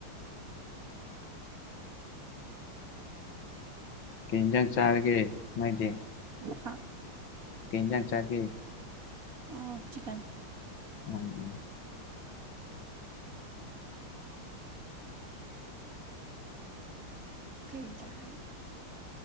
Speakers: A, on the left; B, on the right.
A: ꯀꯩ ꯏꯟꯖꯥꯡ ꯆꯥꯔꯒꯦ ꯅꯣꯏꯗꯤ
B: ꯑꯣꯛꯁꯥ
A: ꯀꯩꯖꯥꯡ ꯆꯥꯒꯦ
B: ꯑꯣ ꯆꯤꯛꯀꯟ
A: ꯎꯝ ꯎꯝ
B: ꯀꯩ ꯆꯥꯒꯦ